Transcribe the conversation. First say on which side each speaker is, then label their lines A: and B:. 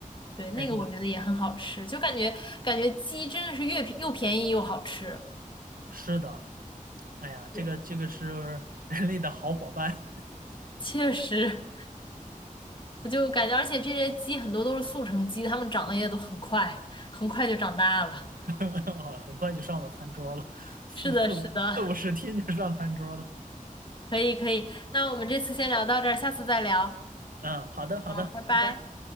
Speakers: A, on the left (about 35°); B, on the right (about 80°).
A: 对，
B: 还是有的。
A: 那个我觉得也很好吃，就感觉感觉鸡真的是越便又便宜又好吃，
B: 是的，哎呀，这个这个是
A: 对，
B: <laughs> 人类的好伙伴，
A: 确实，我就感觉，而且这些鸡很多都是速成鸡，它们长得也都很快，很快就长大了。
B: <laughs> 哦，很快就上了餐桌了，四四五四五十天就上餐桌了。
A: 是的，是的，可以，可以。那我们这次先聊到这儿，下次再聊。
B: 嗯，好的好的，
A: 好，拜拜。
B: 拜拜。